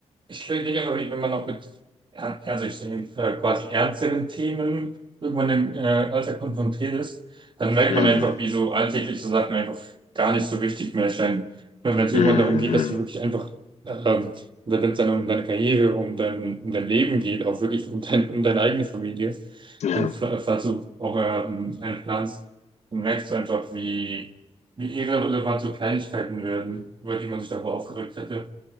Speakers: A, on the right; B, on the left.
A: Ich reagiere aber ich bin immer noch mit, ja, also ich sehe äh, quasi ernsteren Themen, irgendwann im äh, Alltag konfrontiert ist, dann merkt
B: mm,
A: man einfach, wie so alltägliche Sachen einfach gar nicht so wichtig mehr erscheinen. Wenn wenn es
B: mm,
A: irgendwann darum geht,
B: mm,
A: dass du wirklich einfach, ähm, oder wenn es dann um deine Karriere, um dein, um dein Leben geht, auch wirklich um dein, um deine eigene Familie,
B: ja.
A: wenn du fl- dazu auch ähm, einen planst, dann merkst du einfach, wie, wie irrelevant so Kleinigkeiten werden, über die man sich davor aufgeregt hätte.